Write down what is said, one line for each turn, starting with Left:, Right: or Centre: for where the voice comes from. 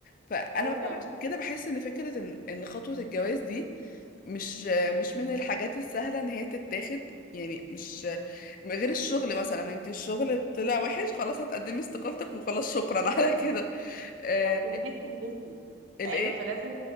Left: فانا
Right: ايوه
Left: مثلا عشان كده بحس ان فكره ان ان خطوه الجواز دي مش مش من الحاجات السهله ان هي تتاخد يعني مش غير الشغل مثلا انت الشغل طلع وحش خلاص هتقدمي استقالتك وخلاص شكرا <laughs> على كده آه،
Right: هتنبسي تلبسي
Left: الايه
Right: ايوه فلازم